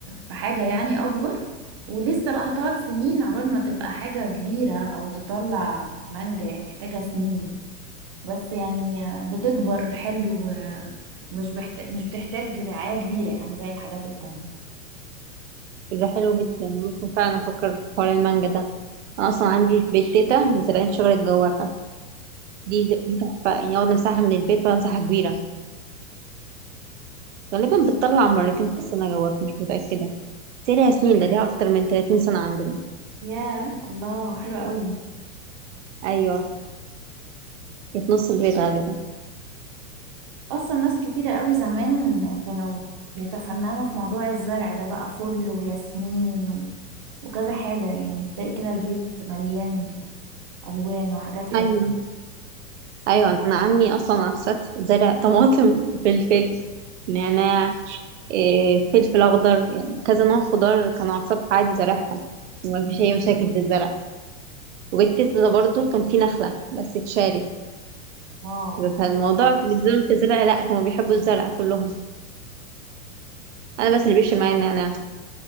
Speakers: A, on the right; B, on the right.
A: في حاجة يعني اكبر ولسه بقى هتقعد سنين عقبال ما تبقى حاجة كبيرة او تطلع مانجا يعني محتاجة سنين بس يعني بتكبر حلو ومش بحت... مش بتحتاج رعاية كبيرة يعني زي الحاجات التانية
B: ده حلو جدا ممكن فعلا افكر في حوار المانجا ده انا اصلا عندي في بيت تيتا مزرعين شجرة جوافة دي دي تحفة يعني واخدة مساحة من البيت ولا مساحة كبيرة غالبا بتطلع مرتين في السنة جواك مش متأكدة بس هي ليها سنين ده ليها أكتر من 30 سنة عندنا
A: ياه الله حلوة قوي
B: أيوة هي في نص البيت غالبا
A: اصلا ناس كتيرة قوي زمان كانوا بيتفننوا في موضوع الزرع ده بقى فل وياسمين و... وكذا حاجة يعني تلاقي كده البيت مليان الوان وحاجات حلوة
B: أيوة أيوة أنا عمي أصلا على السطح زرع طماطم <laughs> فلفل نعناع إيه، فلفل أخضر يعني كذا نوع خضار كانوا على السطح عادي زارعهم ومفيش أي مشاكل في الزرع وبيت تيتا ده برضه كان فيه نخلة بس اتشالت
A: اه
B: فالموضوع بالذات في الزرع لأ هما بيحبوا الزرع كلهم انا بس اللي بيفشل معايا النعناع